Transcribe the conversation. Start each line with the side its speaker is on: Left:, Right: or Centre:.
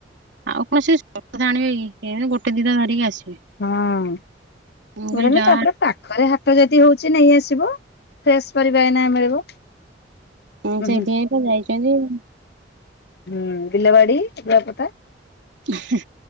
Right: ଆଉ କଣ ସେ ସବୁ କଥା ଆଣିବେ କି? ଏଇନୁ ଗୋଟେ ଦିଟା ଧରିକି ଆସିବେ।
Left: ହଁ
Right: ମୁଁ କହିଲି
Left: ଏଇନୁ
Right: ଯା
Left: ତାପରେ ପାଖରେ ହାଟ ଯଦି ହଉଛି ନେଇ ଆସିବ। ଫ୍ରେଶ ପରିବା ଏଇନା ମିଳିବ।
Right: ହଁ
Left: ଉଁ
Right: ସେଇଥିପାଇଁ
Left: ହୁଁ।
Right: ତ ଯାଇଛନ୍ତି ଆଉ।
Left: ହୁଁ ବିଲବାଡି <unintelligible> ପଟା?
Right: ହି